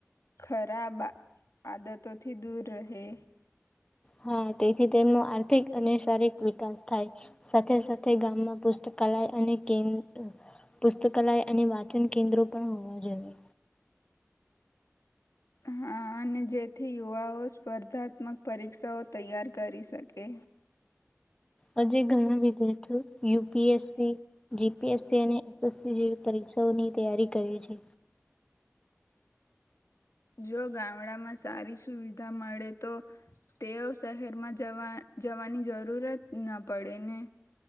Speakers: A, on the left; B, on the left.
A: ખરાબ આદતોથી દૂર રહે
B: હા તેથી તેમનો આર્થિક અને શારીરિક વિકાસ થાય સાથે સાથે ગામમાં પુસ્તકાલય અને કે પુસ્તકાલય અને વાચન કેન્દ્રો પણ હોવા જોઈએ
A: હા અને જેથી યુવાઓ સ્પર્ધાત્મક પરીક્ષાઓ તૈયાર કરી શકે
B: આજે ઘણા વિદ્યાર્થીઓ યુપીએસસી જીપીએસસી અને એસએસસી જેવી પરીક્ષાઓની તૈયારી કરે છે
A: જો ગામડામાં સારી સુવિધા મળે તો તેઓ શહેરમાં જવા જવાની જરૂરત ન પડે ને